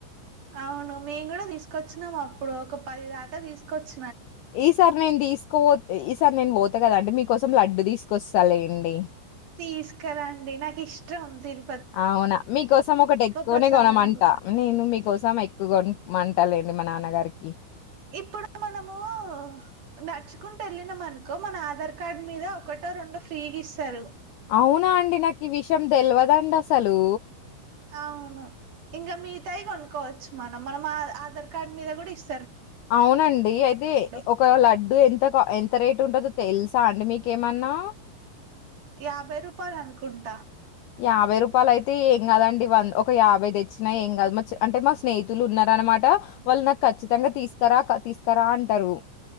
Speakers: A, on the right (about 50°); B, on the left (about 85°).
A: అవును మేము కూడా తీసుకొచ్చినాము అప్పుడు ఒక పది దాకా తీసుకొచ్
B: ఈసారి మేమ్ తీసుకపోతే ఇస్ సరి నేను పోత కదా అండి మీకోసం లడ్డు తీసుకొస్తాలెండి.
A: తీసుకరండి నాకు ఇష్టం తిరు
B: అవునా మీకోసం ఒకటి ఎక్కువనే
A: ప్రసాదం
B: కొనమంటా.
A: కూడా
B: నేను మీకోసం ఎక్ ఎక్కు కొంమంటలెండి మా నాన్నగారికి
A: ఇప్పుడు మనము ము నడుచుకుంటూ వెళ్ళినం అనుకో మన ఆధార్ కార్డ్ మీద ఒకటో రెండో ఫ్రీగ ఇస్తరు.
B: అవునా అండి నాకు ఈ విషయం తెల్వదండి అసలు.
A: అవును ఇంగ మిగితావి కొనుక్కోవచ్చు. మనం మన ఆధార్ కార్డ్ మీద కూడా ఇస్
B: అవునండి అయితే
A: ఫ్రీ
B: ఒక లడ్డు ఎంత క ఎంత రేటు ఉంటది తెలుసాండి మీకేమన్నా
A: యాభై రూపాయలు అనుకుంటా
B: యాభై రూపాయల అయితే ఏం కాదండి. వంద ఒక యాభై తెచ్చినా ఏం కాదు. మ అంటే మా స్నేహితులు ఉన్నారు. అనమాట వాళ్ళు నాకు కచ్చితంగా తీసుకరా తీసుకరా అంటారు.